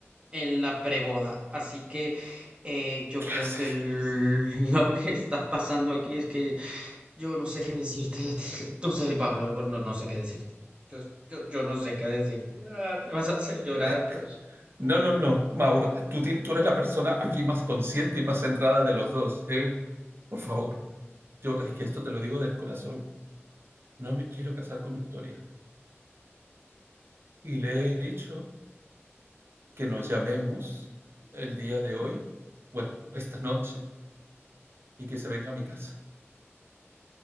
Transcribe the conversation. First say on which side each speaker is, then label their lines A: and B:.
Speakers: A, on the right; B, on the right.
A: en la preboda. Así que eh, yo
B: ¿Qué
A: creo
B: haces?
A: que el- <laughs> lo que está pasando aquí es que yo no sé qué decirte. <laughs> No sé, Pablo, no, no sé qué decirte. Yo, yo, yo no sé qué decirte. Ah, me vas a hacer llorar,
B: Es que-
A: pero
B: No, no, no, Mauro, tú, ti- tú eres la persona aquí más consciente y más centrada de los dos, ¿eh? Por favor, yo es que esto te lo digo del corazón. No me quiero casar con Victoria. Y le
A: ah,
B: he dicho que nos llamemos el día de hoy, bueno, esta noche, y que se venga a mi casa.